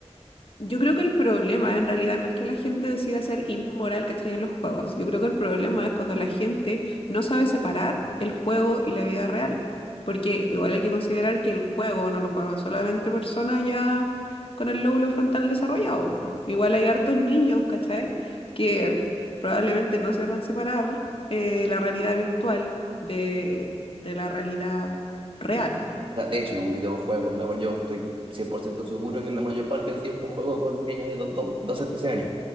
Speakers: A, on the left (about 55°); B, on the right (about 50°).
A: yo creo que el problema en realidad no es que la gente decida ser inmoral, ¿cachai? En los juegos. Yo creo que el problema es cuando la gente no sabe separar el juego y la vida real. Porque igual hay que considerar que el juego no lo juegan solamente personas ya con el lóbulo frontal desarrollado. po. Igual hay hartos niños, ¿cachai? Que probablemente no sepan separar eh, la realidad virtual de, de la realidad real.
B: O sea, de hecho, en un videojuego, la- yo estoy cien por ciento seguro que la mayor parte del tiempo juego con niños de do- do- 12, 13 años,